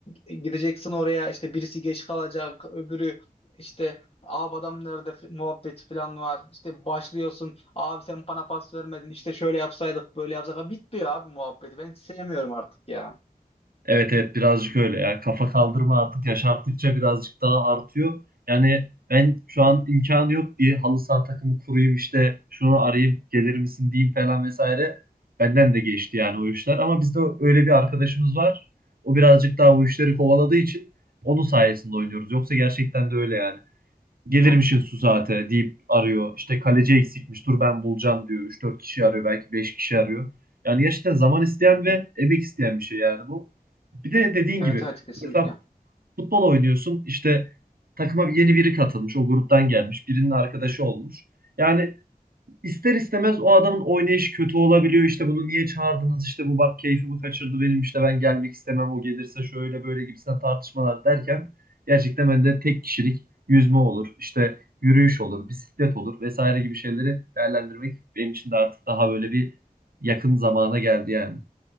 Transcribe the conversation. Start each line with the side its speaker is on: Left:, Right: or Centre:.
Left: Gideceksin oraya işte birisi geç kalacak. Öbürü işte abi adam nerede f- muhabbeti falan var. İşte başlıyorsun. Abi sen bana pas vermedin. İşte şöyle yapsaydık böyle yapsak. Bitmiyor abi muhabbeti. Ben hiç sevmiyorum artık ya.
Right: Evet evet birazcık öyle. Yani kafa kaldırma artık yaş arttıkça birazcık daha artıyor. Yani ben şu an imkanı yok diye halı saha takımı kurayım işte şunu arayayım gelir misin diyeyim falan vesaire. Benden de geçti yani o işler. Ama bizde öyle bir arkadaşımız var. O birazcık daha o işleri kovaladığı için onun sayesinde oynuyoruz. Yoksa gerçekten de öyle yani gelirmişin
Left: Hı.
Right: su saate deyip arıyor. İşte kaleci eksikmiş dur ben bulacağım diyor. üç dört kişi arıyor belki 5 kişi arıyor. Yani gerçekten zaman isteyen ve emek isteyen bir şey yani bu. Bir de dediğin
Left: Evet
Right: gibi
Left: evet kesinlikle.
Right: mesela futbol oynuyorsun işte takıma yeni biri katılmış o gruptan gelmiş birinin arkadaşı olmuş. Yani ister istemez o adamın oynayışı kötü olabiliyor. İşte bunu niye çağırdınız? işte bu bak keyfimi kaçırdı benim işte ben gelmek istemem. O gelirse şöyle böyle gibisinden tartışmalar derken gerçekten ben de tek kişilik yüzme olur. işte yürüyüş olur, bisiklet olur vesaire gibi şeyleri değerlendirmek benim için de artık daha böyle bir yakın zamana geldi yani.